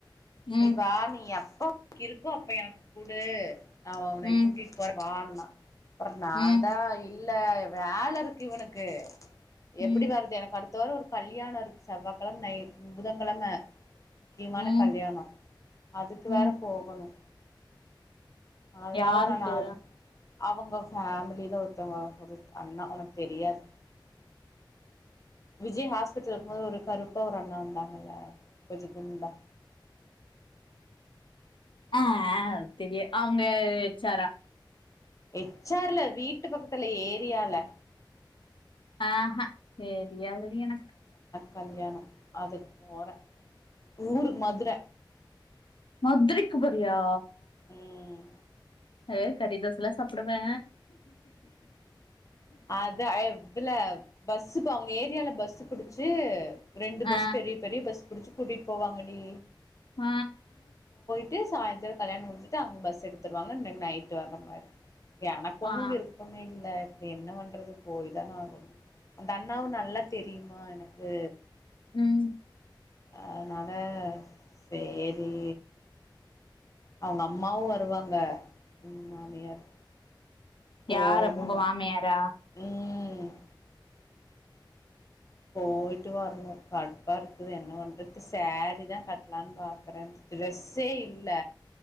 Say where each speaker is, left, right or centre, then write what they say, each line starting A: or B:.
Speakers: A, on the left; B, on the left.
A: ம்
B: நீ வா நீ எப் போ இருக்கோ அப்ப எனக்கு கூடு நா உன்ன
A: ம்
B: கூட்டிட்டு போறே வானா ஆ <inaudible> அப்றோ நா
A: ம்
B: தா ல் இல்ல வேலை இருக்கு இவனுக்கு
A: ம்
B: எப்டி வருது எனக்கு அடுத் து ஒரு கல்யாண இருக்கு செவ்வக்கிழமை நைட் புதன்கிழமை முக்கியமான
A: ம்
B: கல்யாணம் அதுக்கு
A: ம்
B: வேற போகணும் அதனால
A: யாருக்கு
B: நா நலு அவங்க ஃபேமிலில ஒருத்தவங்க ஒரு அண்ணா உனக்கு தெரியாது விஜய் ஹாஸ்பிட்டல இருக்கும் போது ஒரு கருப்பா ஒரு அண்ணா வந்தாங்கல்ல கொஞ்ச குண்டா
A: ஆஅ தெரிய அவங்க ச்சாரா
B: எச்சார்ல வீட் ட்டு பக்கத்துல ஏரியால
A: ஆஹ சேர் தெரியாதுடி எனக்
B: கல்யாண அதுக்கு போற ஊரு மதுர
A: மத்துரைக்கு போறியா
B: ம்
A: அ கரிதோசலா சாப்புடுவே
B: அத எவ்ள பஸ்ஸுக்கு அவங்க ஏத் ரியால பஸ் புடிச்சு ரெண்டு
A: ஆ
B: பஸ் பெரிய பெரிய பஸ் புடிச்சு கூட்டிட் போவாங்கடி
A: ஆ
B: ட்டி சாந்தர கல்யாண முடிச்சுட்டு அவங்க பஸ் எடுத்துவாங்க தென் நைட் வர மாரி ஏ கொண்ணு
A: ஆ
B: விருப்பமேல்ல அது என்ன பண்றது போய்தான ஆகணு அந்த அண்ணாவு நல்லா தெரியுமா எனக்கு
A: ம்
B: அதனால சேரி அவங்கம்மாவு வருவாங்க ம் மாமியார் போகணு
A: யார உங்கமாமியாரா
B: ம் போயிட்டு வரணு கடுப்பா இருக்குது என்ன பண்றது சேரீதா கட்லானு பாக்கறே ட்ரெஸ்ஸே இல்ல